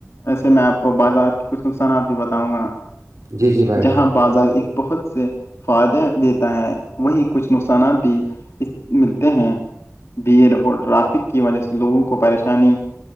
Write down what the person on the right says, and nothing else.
جی جی بھائی
جان